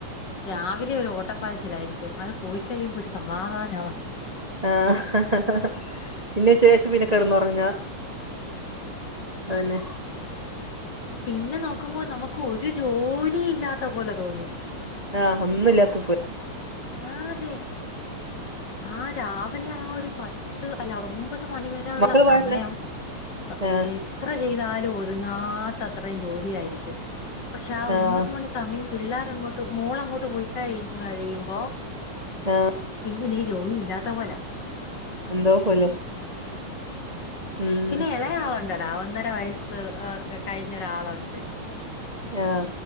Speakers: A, on the left; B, on the right.
A: രാവിലെ ഒരു ഓട്ട പ്പാച്ചിലായിരിക്കും അത് പോയി കഴിയുമ്പോ ഒരു സമാധാനവ
B: ആഹ് പിന്നെച്ചക്ക്ശേഷം പിന്നെ കിടന്ന് ഒറങ്ങാ അഹ് ന്നെ
A: പിന്നെ നോക്കുമ്പോ നമുക്ക് ഒരു ജോലി ഇല്ലാത്ത പോലെ തോന്നും
B: ആഹ് ഒന്നുല്ലാതെ ഫോ
A: ആഹ് അതെ ആഹ് രാവിലെ ആഹ് ഒരു പത്ത് അല്ല ഒമ്പത് മണിവരെ നുള്ള
B: മക്കള്
A: സമയം
B: പോയന്നെ
A: പത് ഇ
B: ആഹ്
A: എത്ര ചെയ്താലും ഒതുങ്ങാത്ത അത്ര ജോലിയായിരിക്കും. പക്ഷെ ആ
B: ആഹ്
A: ഒമ്പത് മണിസ മയം പിള്ളേർ അങ്ങോട്ട് മോൾങ്ങോട്ട് പോയി കഴിഞ്ഞു കഴിയുമ്പോ,
B: ആഹ
A: പിന്നെ നി ജോലി ഇല്ലാത്ത പോല.
B: എന്തോ പോലെ. ഉം
A: പിന്നെ ഇളയാളുണ്ട്ടാ. ഒന്നര വയസ്സ്ക്കെ കഴിഞ്ഞൊരാളണ്ട്.
B: ആഹ